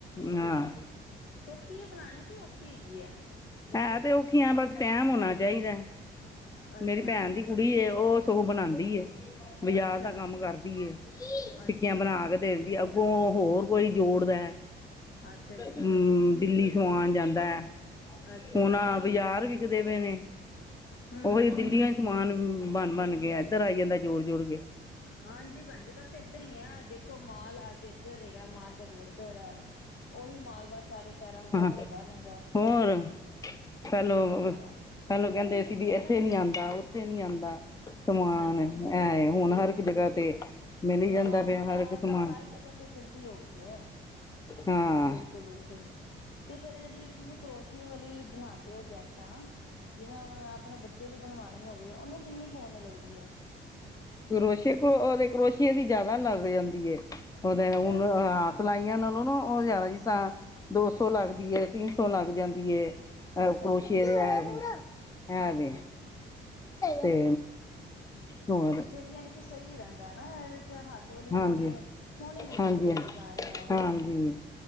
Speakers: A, on the left (about 15°); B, on the left (about 80°).
A: ਹਾਂ
B: ਸੌਖੀ ਹੈ ਬਣਾਉਣੀ ਕੀ ਔਖੀ ਹੈਗੀ ਹੈ।
A: ਹੈਂ ਤੇ ਔਖੀਆਂ ਬਸ ਟੈਮ ਹੋਣਾ ਚਾਹੀਦਾ।
B: ਅੱਛਾ
A: ਮੇਰੀ ਭੈਣ ਦੀ ਕੁੜੀ ਉਹ ਸੋ ਬਣਾਉਂਦੀ ਏ ਬਾਜ਼ਾਰ
B: ਅੱਛਾ
A: ਦਾ ਕੰਮ ਕਰਦੀ
B: ਅੱਛਾ
A: ਟਿੱਕੀਆਂ
B: ਜੀ
A: ਬਣਾ ਕੇ ਦੇਿੰਦੀ ਅ ਹੋਰ ਕੋਈ ਜੋੜਦਾ
B: ਅੱਛਾ ਜੀ
A: ਹਮ ਦਿੱਲੀ ਸਮਾਨ ਜਾਂਦਾ ਹੈ।
B: ਅੱਛਾ
A: ਹੁਣਾ
B: ਜੀ
A: ਬਾਜ਼ਾਰ ਵੀ ਦੇਵੇ ਨੇ।
B: ਹਮ
A: ਉਹਹੀ
B: ਹਮ
A: ਦਿੰਦੀ
B: ਹਮ ਹਮ
A: ਹੋਈ ਸਮਾਨ ਬਣ, ਬਣ ਗਿਆ ਇੱਧਰ ਆਈ ਜਾਂਦਾ ਜੋਰ ਜੋੜ ਗ।
B: ਹਾਂਜੀ। ਭੈਣ ਜ ਬਸ ਏਦਾਂ ਹੀ ਆ ਦੇਖੋ ਮਾਲ ਅੱਜ ਉਧਰ ਹੈਗਾ ਮਾਲ ਕਦੀ ਉੱਧਰ ਹੈ ਉਹੀ ਮਾਲ ਬਸ ਸਾਰੇ ਸ਼ਹਿਰਾਂ ਚ
A: ਹ
B: ਘੁੰਮਦਾ ਰਹਿੰਦਾ
A: ਹੋਰ ਪਹਿਲੋ,
B: ਇਹ ਤਾਂ ਹੈਗਾ
A: ਪਹਿਲੋ ਕਹਿੰਦੇ ਸੀ ਵੀ ਇੱਥੇ ਨੀ ਆਉਂਦਾ। ਨੀ ਆਂਦਾ। ਸਮਾਨ
B: ਹਾਂਜੀ
A: ਐ ਹੁਣ
B: ਇਹ
A: ਹਰ ਇੱਕ ਜਗ੍ਹਾ ਤੇ ਮਿਲ ਹੀ
B: ਹਾਂ
A: ਜਾਂਦਾ
B: ਹੁਣ
A: ਪਿਆ
B: ਤਾਂ
A: ਹਰ ਇੱਕ ਸਮਾਨ
B: ਸਾਰੀ ਜਗ੍ਹਾ ਫੈਸਿਲਿਟੀ ਹੋ ਗਈ ਹੈ
A: ਹਾਂ
B: ਬਿਲਕੁਲ, ਬਿਲਕੁਲ ਤੇ ਫੇਰ ਜਿਹੜੀ ਜਿਹੜੀ ਤੁਸੀਂ ਕਰੋਸ਼ੀ ਵਾਲੀ ਬਣਾਉਦੇ ਹੋ ਜੈਕਟ ਆ ਜਿਵੇਂ ਆਪਣੇ ਬੱਚੇ ਲਈ ਬਣਵਾਣੀ ਹੋਵੇ ਉਹਨੂੰ ਕਿੰਨੀ ਕੋਨ ਲਗਦੀ ਹੈ।
A: ਕਰੋਸ਼ੇ ਕਰੋ ਉਹਦੇ ਕਰੋਸ਼ੀਏ ਦੀ ਜਿਆਦਾ ਲੱਗ ਜਾਂਦੀ। ਉਹਦੇ
B: ਅੱਛਾ
A: ਹੁਣਸ ਲਾਈਆਂ ਲ ਲੋ ਨਾ ਉਹ ਜ਼ਿਆਦਾ ਜ ਤਾਂ ਦੋ ਸੌ ਲੱਗਦੀ ਹੈ। ਤਿੰਨ ਸੌ ਲੱਗ ਜਾਂਦੀ ਹੈ।
B: ਅੱਛਾ
A: ਪੋਸ਼ਏ
B: ਜੀ
A: ਦੇ ਐ ਵੀ ਐ
B: ਹਾਂਜੀ
A: ਵੀ ਤੇ ਹੋਰ
B: ਫਿਰ ਯਨੀ ਸਹੀ ਰਹਿੰਦਾ ਨਾ ਇਹ ਹੱਥ ਵਾਲੀ
A: ਹਾਂਜੀ।
B: ਬੁਨੀ ਸੋਹਣੀ ਵੀ ਲੱਗਦੀ
A: ਹਾਂਜੀ,
B: ਹੈ। ਡਿਜ਼ਾਇਨ
A: ਹਾਂਜੀ